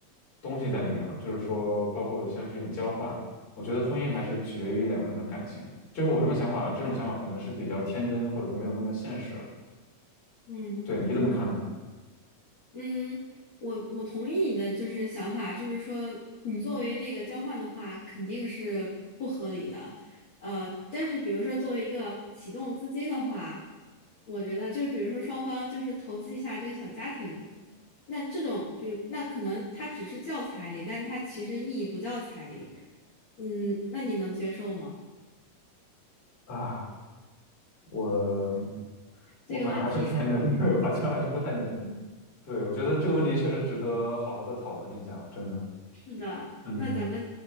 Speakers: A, on the left; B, on the left.
A: 东西在里面了，就是说，包括像是一种交换。我觉得婚姻还是取决于两个人的感情，
B: 嗯
A: 就是我这么想法，这种想法可能是比较天真，或者说没有那么现实。
B: 嗯
A: 对，你怎么看呢？
B: 嗯，我我同意你的就是想法，就是说你作为那个交换的话，肯定是不合理的。呃，但是比如说作为一个启动资金的话，我觉得就是比如说双方就是投资一下这个小家庭，那这种比如那可能它只是叫彩礼，但它其实意义不叫彩礼。嗯，那你能接受吗？
A: 啊，我我好像还是不太能，
B: 这个问题有点
A: <laughs> 对，好像还是不太能。对，我觉得这个问题确实值得好好的讨论一下，真的。
B: 是的，
A: 嗯
B: 那咱们